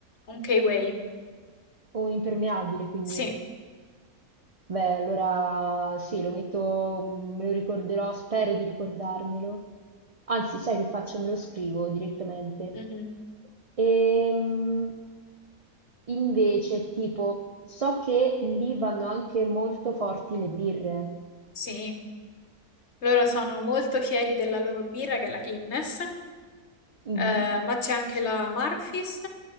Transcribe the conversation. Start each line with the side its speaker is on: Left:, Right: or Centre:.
Left: un K-Way.
Right: Ho un impermeabile, quindi.
Left: Sì,
Right: Beh, allora sì, lo metto, mm, me lo ricorderò, spero di ricordarmelo. Anzi, sai che faccio? Me lo scrivo direttamente.
Left: mhm.
Right: Ehm, Invece, tipo, so che lì vanno anche molto forti le birre.
Left: sì. Loro sono molto fieri della loro birra, che è la Guinness.
Right: Mhm.
Left: Eh, ma c'è anche la Murphy's